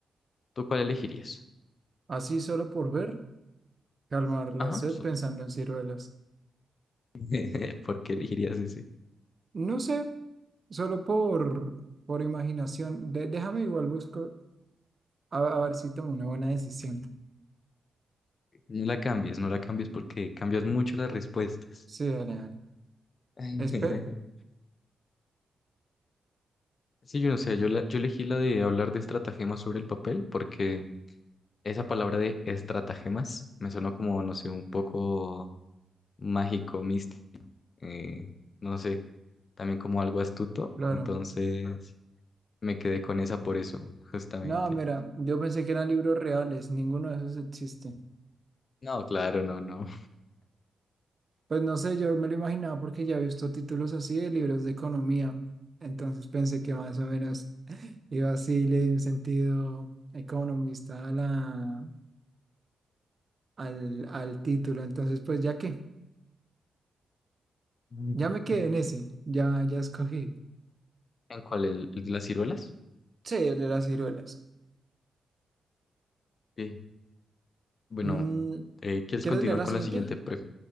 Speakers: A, on the left; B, on the right.
A: ¿Tú cuál elegirías?
B: Así solo por ver, calmar la
A: Ajá,
B: sed
A: so-
B: pensando en ciruelas.
A: <laughs> ¿por qué elegirías ese?
B: No sé. Solo por, por imaginación. De- déjame igual busco a, a ver si tomo una buena decisión.
A: No la cambies, no la cambies porque cambias mucho las respuestas.
B: Sí, dale, dale.
A: <laughs>
B: Espe-
A: Sí, yo no sé, yo, la- yo elegí la de hablar de estratagemas sobre el papel porque esa palabra de estratagemas me sonó como, no sé, un poco mágico, místico. eh, no sé, también como algo astuto,
B: claro.
A: entonces me quedé con esa por eso, justamente.
B: No, mira, yo pensé que eran libros reales, ninguno de esos existe.
A: No, claro, no, no.
B: Pues no sé, yo me lo imaginaba porque ya he visto títulos así de libros de economía. Entonces pensé que más o menos iba así, le di un sentido economista a la, al, al título. Entonces, pues ya que,
A: Mm.
B: ya me quedé
A: <laughs>
B: en ese, ya, ya escogí.
A: ¿En cuál? ¿El, el de las ciruelas?
B: Sí, el de las ciruelas.
A: Ok, Bueno,
B: Mm,
A: eh, ¿quieres
B: ¿quieres
A: continuar
B: leer la
A: con
B: siguiente?
A: la siguiente pre-